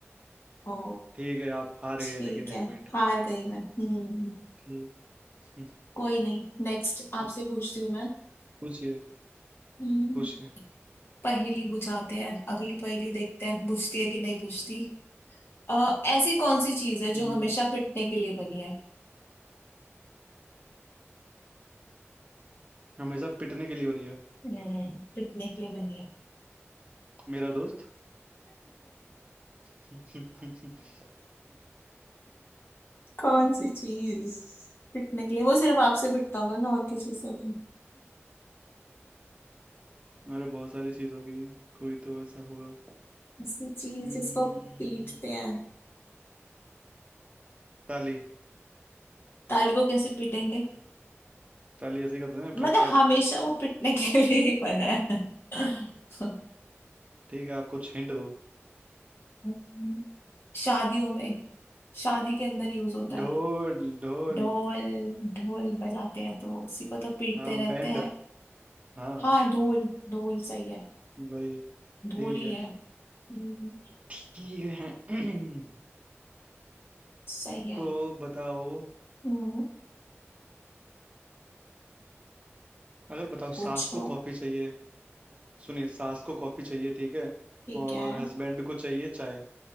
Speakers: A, on the left (about 55°); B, on the right (about 30°).
A: ओ
B: ठीक है आप हार
A: ठीक
B: गए लेकिन एक
A: है
B: पॉइंट
A: हार गई मैं हम्म
B: ठीक <laughs>
A: कोई नहीं नेक्स्ट
B: हम्म,
A: आपसे पूछती हूँ मैं
B: पूछिए
A: हम्म
B: पूछिए
A: पहेली बुझाते हैं अगली पहेली देखते हैं बुझती है कि नहीं बुझती अ, ऐसी कौन सी चीज है जो
B: हम्म
A: हमेशा पिटने के लिए बनी है
B: हमेशा पिटने के लिए बनी है
A: हम्म, पिटने के लिए बनी है
B: मेरा दोस्त <laughs>
A: कौन सी चीज पिटने के लिए वो सिर्फ आपसे पिटता होगा ना और किसी से नहीं
B: अरे बहुत सारी चीज होगी कोई तो ऐसा होगा
A: ऐसी चीज
B: हम्म,
A: जिसको पीटते हैं
B: ताली
A: ताली को कैसे पीटेंगे
B: ताली ऐसी करते हैं
A: मतलब
B: पट पट
A: हमेशा वो पिटने के लिए ही बना है <laughs>
B: ठीक है आप कुछ हिंट दो
A: हम्म, शादियों में शादी के अंदर यूज होता है
B: ढोल ढोल
A: ढोल ढोल बजाते हैं तो उसी को तो पीटते
B: हाँ
A: रहते
B: बैंड
A: हैं
B: हाँ
A: हाँ ढोल ढोल सही है
B: वही
A: ढोल
B: ठीक
A: ही
B: है
A: है हम्म,
B: ठीक है <clears throat>
A: सही है
B: तो बताओ
A: हम्म
B: अगर बताओ सास
A: पूछो
B: को कॉफी चाहिए सुनिए सास को कॉफी चाहिए ठीक है
A: ठीक
B: और
A: है
B: हस्बैंड को चाहिए चाय